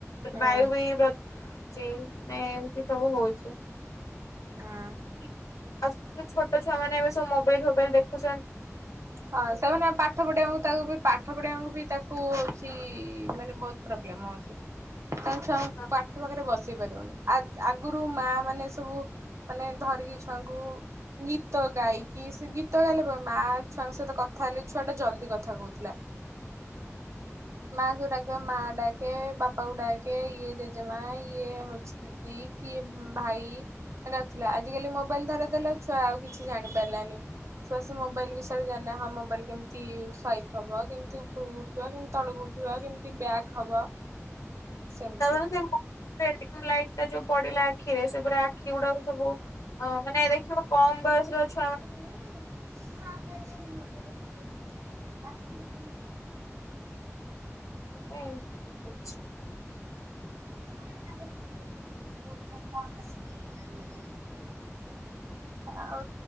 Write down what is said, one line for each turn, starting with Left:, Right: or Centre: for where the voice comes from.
Right: ହୁଁ
Left: ବାୟୁବି ବ ଚି ମାନେ ଏମିତି ସବୁ ହଉଚି।
Right: ହଁ।
Left: ଆଉ ଛୋଟ ଛୁଆ ମାନ ଏବେ ସବୁ ମୋବାଇଲ୍ ଫୋବାଇଲ୍ ଦେଖୁଛ
Right: ହଁ ସେମାନେ ଆଉ ପାଠ ପଢିବାକୁ ତାକୁବି ପାଠ ପଢିବାଙ୍କୁବି ତାକୁ ହଉଚି ମାନେ ବହୁତ୍ ପ୍ରୋବ୍ଲେମ ହଉଚି। ତମେ ଛୁଆକୁ
Left: ହଁ
Right: ପାଠ ପାଖରେ ବସେଇ ପାରିବୁନି ଆ ଆଗୁରୁ ମା ମାନେ ସବୁ ମାନେ ଧରିକି ଛୁଆଙ୍କୁ ଗୀତ ଗାଇକି ସେ ଗୀତ ଗାଇଲେ କଁ ମା ଛୁଆଙ୍କ ସହିତ କଥା ହେଲେ ଛୁଆଟା ଜଲ୍ଦି କଥା କହୁଥିଲା। ମା ଯୋଉଡାକିବ ମା ଡାକେ ବାପାକୁ ଡାକେ ଇଏ ଜେଜେମା ଇଏ ହଉଚି ଦିଦି କିଏ ଭାଇ ଡାକୁଥୁଲା ଆଜିିକାଲି ମୋବାଇଲ୍ ଧରେଇଦେଲେ ଆଉ ଛୁଆ ଆଉ କିଛି ଜାଣି ପାରିଲାନି ଛୁଆ ସେ ମୋବାଇଲ ବି <unintelligible> ହଁ ମୋବାଇଲ୍ କେମିତି ସାଇପ୍ ହବ କେମିତି ଉପରକୁ ଉଠିବ କେମିତି ତଳକୁ ଉ ଠିବ କେମତି ବ୍ୟାଗ୍ ହବ।
Left: <inaudible>
Right: ସେମିତି।
Left: ତାପରେ ସେ ଲାଇଟ୍ ଟା ଯୋଉ ପଡ଼ିଲା ଆଖିରେ ସେପୁରା ଆଖି ଗୁଡ଼ାକ ସବୁ ହଁ ମାନେ ଦେଖିବ କମ୍ ବୟସର ଛୁଆ ମାନେ
Right: <unintelligible>
Left: <unintelligible>
Right: <unintelligible> <unintelligible>
Left: <inaudible>
Right: ଆଉ